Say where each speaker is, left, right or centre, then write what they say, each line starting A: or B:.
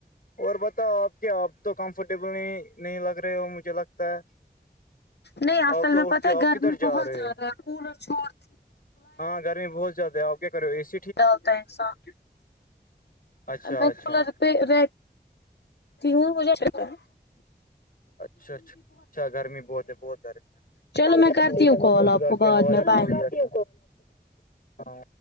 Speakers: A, on the left; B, on the left.
A: اور بتاؤ آپ کیا اپ تو کمفرٹیبل ہی نہیں لگ رہے ہو مجھے لگتا ہے
B: نہیں اصل
A: آپ تو
B: میں
A: اٹھتے
B: پتاہ
A: ہو
B: ہے
A: آپ
B: گرمی
A: کدھر جا
B: بہت
A: رہے
B: زیادہ
A: ہو
B: ہے کولر چھائٹ
A: ہاں گرمی بہت زیاد ہے اوے کرو اے س
B: ڈالتا ہے انسان
A: اچھا
B: میں
A: اچھا
B: پہ رہتی ہوں مجھےتا ہے
A: اچھا اچھا اچھا گرمی بہت ہے بہت گرمی ہے
B: چلو میں کرتی ہوں کال آپ
A: خدا
B: کو
A: کے
B: بعد میں بائے
A: حاں